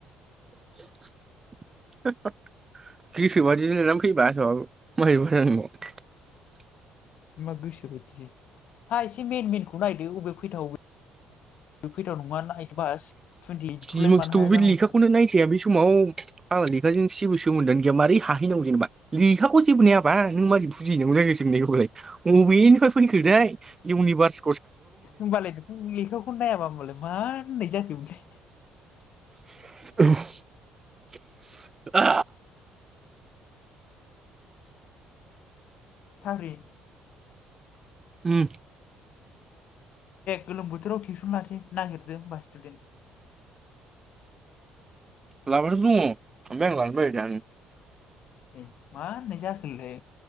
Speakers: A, on the right; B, on the left.
A: <unintelligible>
B: मां गोसो बायदि हा एसे मेन मेनखौ नायदो अबे फैथाव जुपिटार नङा <unintelligible> ओइटखौलाय
A: जि मसिथ
B: मानो हाया जानांगौ
A: बे लेखाखौनो नायखाया बे समाव फाग्ला लेखाजों जेबो सोमोन्दोआनो गैया मारै हाहैनांगौ जेनेबा लेखाखौ जेबोनायाबा नों माबोरै बुजिहैनांगौ जाखो सोंलाय बबेनिफ्राय फैखो दैै इउनिभार्स
B: होमबालाय नों लेखाखौ नायाबा होमबालाय मा होननाय जाखोबोलै
A: <inaudible> आ
B: साग्रि
A: ओम
B: गोलोम बोथोराव टिउसन लासै नागिरदो दे होमबा इसटुदेन
A: लाबाथ' दङ आमफ्राय आं लानो बायो <unintelligible>
B: नै मा होननाय जाखोलै